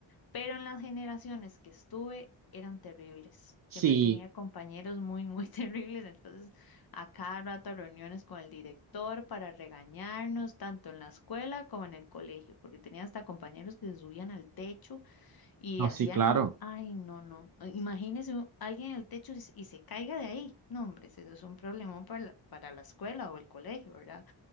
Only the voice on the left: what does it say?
pero en las generaciones que estuve eran terribles.
Siempre tenía compañeros muy, muy <laughs> terribles, entonces a cada rato reuniones con el director para regañarnos, tanto en la escuela como en el colegio, porque tenía hasta compañeros que se subían al techo y
hacían,
ay, no, no, imagínese u- alguien en el techo y, se y se caiga de ahí. No, hombre, eso es un problemón para la, para la escuela o el colegio, ¿verdad?